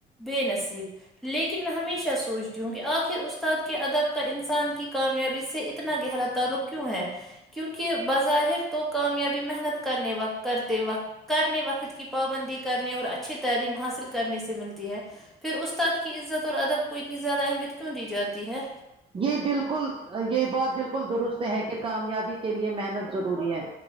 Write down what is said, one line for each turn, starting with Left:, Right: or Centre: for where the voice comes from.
Centre: بے نصیب لیکن میں ہمیشہ سوچتی ہوں کہ آخر استاد کے ادب کا انسان کی کامیابی سے اتنا گہرا تعلق کیوں ہے کیونکہ بظاہر تو کامیابی محنت کرنے وقت کرتے وقت کرنے وقت کی پابندی کرنے اور اچھی تعلیم حاصل کرنے سے ملتی ہے پھر استاد کی عزت اور ادب کو اتنی زیادہ اہمیت کیوں دی جاتی ہے
Right: یہ بالکل یہ بات بالکل درست ہے کہ کامیابی کے لیے محنت ضروری ہے